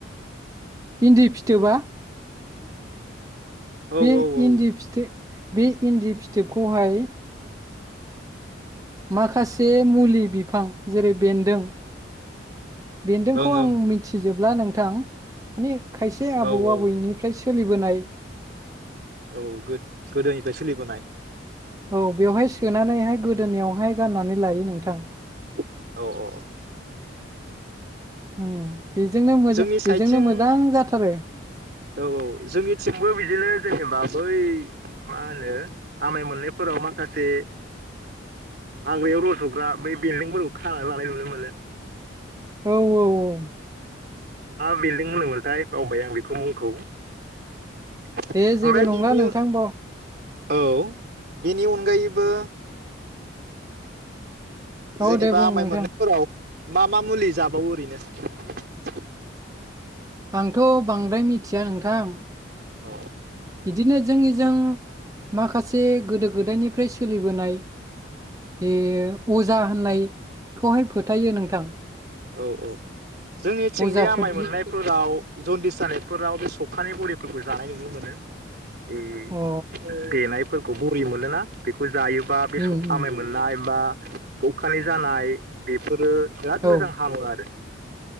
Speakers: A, on the right; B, on the right.
A: भिन्दि फिथोबा
B: औ
A: बे
B: औ औ
A: इन्दि फिथो बे इन्दि फिथोबखौहाय माखासे मुलि बिफां जेरै बेन्दों बेन्दोंखौ
B: ओं
A: आं
B: ओं
A: मिथिजोब ब्ला नोंथां माने खायसे
B: औ
A: आबौ आबौनिफ्राय
B: औ
A: सोलिब बोनाय
B: औ गो गोदोनिफ्राय सोलिबोनाय
A: औ बेवहाय सोनानै हाय गोदोनायावहाय गाननानै लायो ना नोंथां
B: औ औ औ
A: औ बेजोंनो मोजा
B: जोंनि साइडथिं
A: बेजोंनो मोजां जाथारो
B: औ औ जोंनिथिंबो बिदिनो जेनेबा बै मा होनो आमाय मोननायफोराव माखासे हाग्रायाव रजग्रा बै बिन्दोंफोरखौ खानानै लानाय नुनो मोनो
A: औ औ औ
B: बेल्दों होनदोंमोनथाय बावबाय आं बे खौ मुंखौ <inaudible>
A: दे
B: ओमफ्राय
A: जेबो नंला
B: बिनि
A: नोंथां द
B: औ बेनि अनगायैबो जेनेबा
A: औ दे बुं
B: आमाय
A: नोंथां
B: मोननायफोराव मा मा मुलि जाबावो ओरैनो <inaudible>
A: आंथ बांद्राय मिथिया नोंथां।
B: औ।
A: बिदिनो जोंनिजों माखासे गोदो गोदायनिफ्राय सोलिबोनाय बेयो अजा होननायखौहाय फोथायो नोंथां।
B: औ औ जोंनिथिं
A: अजाफोरजों
B: बे आमाय मोननायफोराव जन्दिस जानायफोराव बे सख खानि बरिफोरखौ जानाय नुनो मोनो। उम
A: अ
B: देनाय फोरखौ बरि मोनोना बेखौ जायोबा बे
A: उम उम
B: आमाइ मोननाय बा सखानि जानाय बेफोरो जि मोजां
A: औ
B: हामो आरो